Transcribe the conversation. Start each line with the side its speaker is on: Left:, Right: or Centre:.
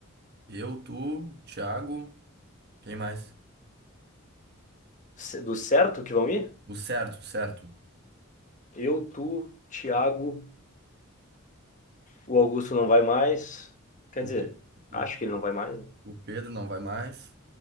Right: eu, tu, Thiago, quem mais?
Left: C- Do certo que vão ir?
Right: O certo, o certo.
Left: Eu, tu, Thiago, o Augusto não vai mais. Quer
Right: O,
Left: dizer,
Right: Pe- o,
Left: acho que ele não vai mais, né?
Right: o Pedro não vai mais.